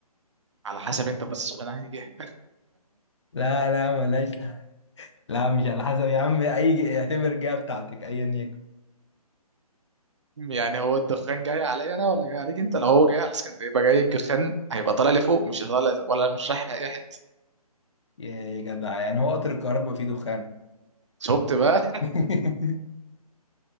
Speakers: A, on the right; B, on the left.
A: على حسب انت باصص من انهي جهه
B: لا لا ملاش لا مش على حسب يا عم اي ج- اعتبر جهة بتاعتك ايا يكن
A: يعني هو الدخان جاي عليا انا ولا جاي عليك انت لو هو جاي على اسكندريه يبقى جاي الدخان هيبقى طالع لي فوق مش طالع ولا مش رايح لاي حته
B: يا يا جدع يعني هو قطر الكهرباء فيه دخان
A: شفت بقى
B: <laughs>